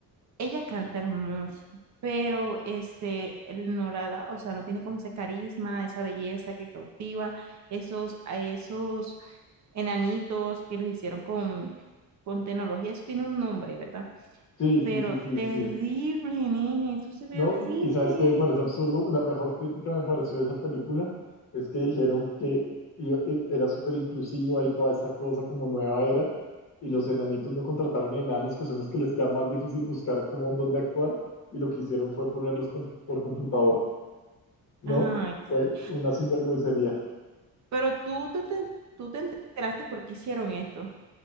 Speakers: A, on the right; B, on the left.
A: ella canta hermoso, pero este, él no la da, o sea, no tiene como ese carisma, esa belleza que cautiva, esos, a esos enanitos que los hicieron con, con tecnología, eso tiene un nombre, ¿verdad?
B: Sí,
A: Pero
B: sí, sí, sí,
A: terrible,
B: sí.
A: nene, eso se ve
B: No,
A: horrible.
B: y, y sabes qué me parece absurdo, la mejor crítica me pareció de esa película es que dijeron que i- i- era súper inclusiva y toda esta cosa como nueva era, y los enanitos no contrataron enanos, que son los que les queda más difícil buscar como dónde actuar, y lo que hicieron fue ponerlos com- por computador, ¿no?
A: Ay,
B: Fue
A: sí.
B: una sinvergüencería.
A: Pero tú te, te- tú te enteraste por qué hicieron esto.